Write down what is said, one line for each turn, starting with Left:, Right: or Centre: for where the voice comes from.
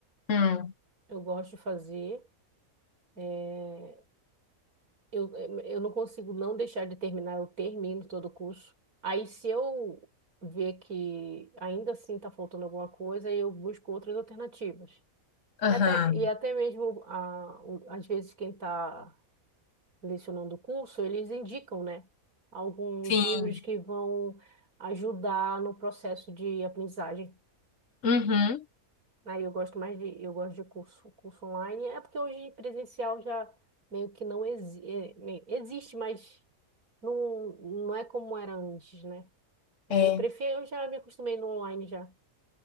Left: Hum,
Right: eu gosto de fazer. eh, eu, eu não consigo não deixar de terminar, eu termino todo o curso. Aí se eu ver que ainda assim está faltando alguma coisa, eu busco outras alternativas.
Left: aham,
Right: E até, e até mesmo, a, o- às vezes, quem está lecionando o curso, eles indicam, né, alguns
Left: sim,
Right: livros que vão ajudar no processo de aprendizagem.
Left: uhum,
Right: Aí eu gosto mais de, eu gosto de curso, curso online, é porque hoje presencial já meio que não exi é, meio- existe, mas não, não é como era antes, né? É,
Left: é.
Right: eu prefiro, eu já me acostumei no online já,